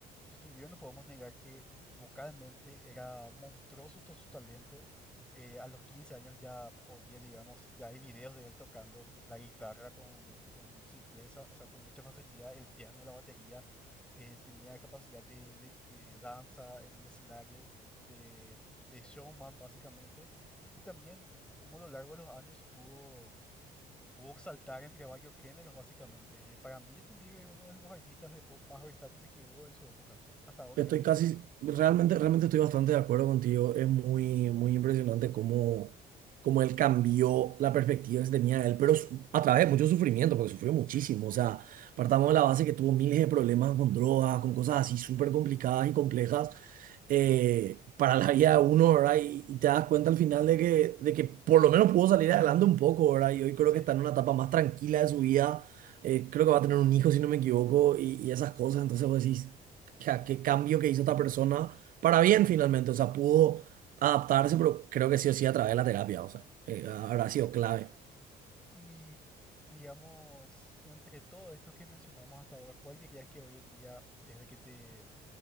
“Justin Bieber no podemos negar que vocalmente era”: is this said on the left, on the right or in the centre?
Centre